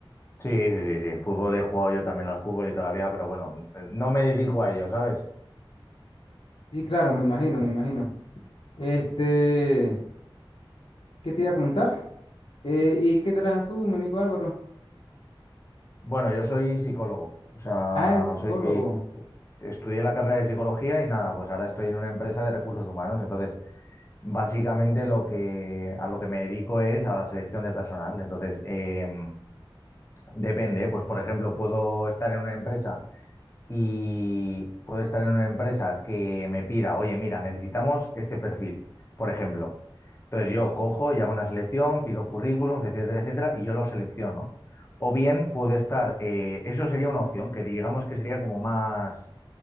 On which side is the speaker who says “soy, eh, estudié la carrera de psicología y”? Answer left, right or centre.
Left